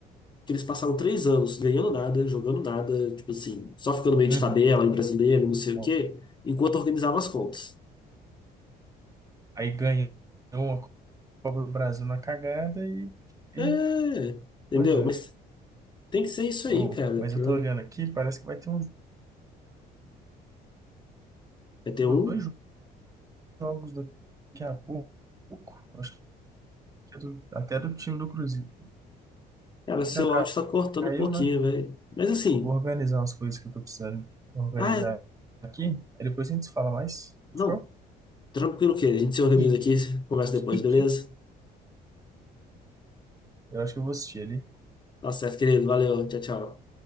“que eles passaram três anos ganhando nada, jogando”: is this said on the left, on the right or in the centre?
Left